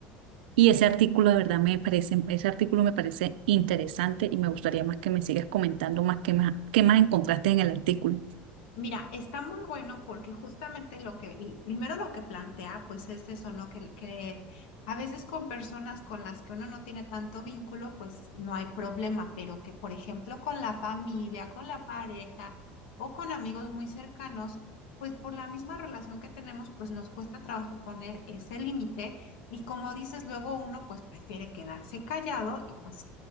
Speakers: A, on the right; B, on the left.
A: Y ese artículo de verdad me parece, ese artículo me parece interesante y me gustaría más que me sigas comentando más qué más, qué más encontraste en el artículo.
B: Mira, está muy bueno porque justamente lo que, y primero lo que plantea, pues es eso, ¿no? Que, que a veces con personas con las que uno no tiene tanto vínculo, pues no hay problema, pero que por ejemplo con la familia, con la pareja o con amigos muy cercanos, pues por la misma relación que tenemos, pues nos cuesta trabajo poner ese límite y como dices, luego uno pues prefiere quedarse callado y pues